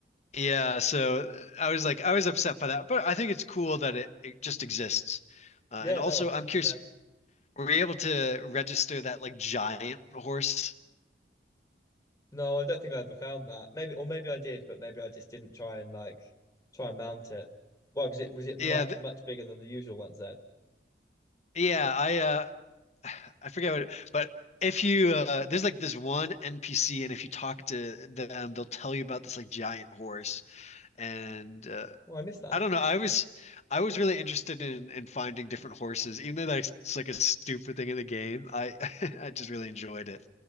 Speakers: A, on the left (about 40°); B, on the left (about 15°).
A: Yeah, so I was like, I was upset by that, but I think it's cool that it, it just exists. Uh,
B: Yeah,
A: and also,
B: no, 100%.
A: I'm curious, were you able to register that like giant horse?
B: No, I don't think I ever found that. Maybe, or maybe I did, but maybe I just didn't try and like try and mount it. Why was it was it much
A: Yeah, th
B: much bigger than the usual ones then?
A: yeah, I uh <sighs> I forget what it, but if you uh there's like this one NPC and if you talk to them, they'll tell you about this like giant horse and uh
B: Oh, I missed that.
A: I don't know. I was I was really interested in in finding different horses, even though that's it's like a stupid thing in the game. I <laughs> I just really enjoyed it.